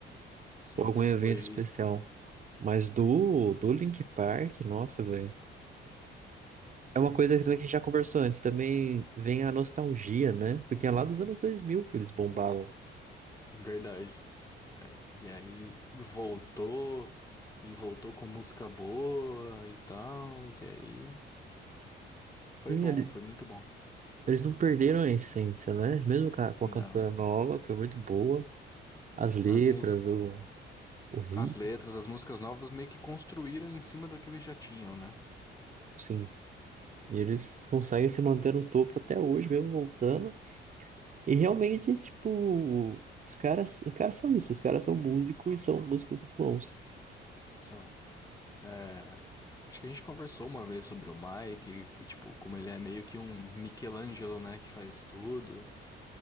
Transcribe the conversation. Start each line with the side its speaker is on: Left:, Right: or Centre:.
Left: Sim,
Right: ou algum evento
Left: foi
Right: especial. Mas do, do Linkin Park, nossa, velho. É uma coisa que também que a gente já conversou antes, também vem a nostalgia, né? Porque é lá dos anos 2000 que eles bombavam.
Left: verdade. É, E aí voltou, e voltou com música boa e tal. E aí foi
Right: Tem
Left: bom,
Right: ali-
Left: foi muito bom.
Right: eles não perderam a essência, né? Mesmo com a, com
Left: Não.
Right: a cantora nova, que foi muito boa, as letras,
Left: As músicas,
Right: o, o ritmo,
Left: as letras, as músicas novas meio que construíram em cima do que eles já tinham, né?
Right: sim. E eles conseguem se manter no topo até hoje, mesmo voltando. E realmente, tipo, os caras, os caras são isso, os caras são músicos e são músicos muito bons.
Left: São. É, acho que a gente conversou uma vez sobre o Mike, e, tipo, como ele é meio que um Michelangelo, né, que faz tudo.